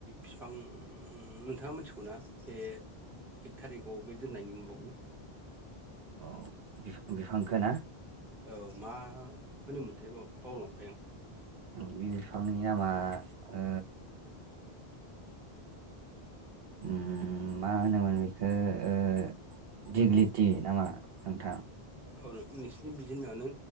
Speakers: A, in the centre; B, on the right.
A: फिफां नोंथाङा मिथिगौ ना बे एक थारिखआव बे दोननायनि माबाखौ।
B: अ बि-बिफांखो ना?
A: औ मा होनोमोनथाय बाव-बावलांबाय आं।
B: बि बिफांनि नामा ओ ओम मा होनोमोन बेखो ओ दिगलिटि नामा नोंथां?
A: औ नोंसोरनि बिदि होननो ना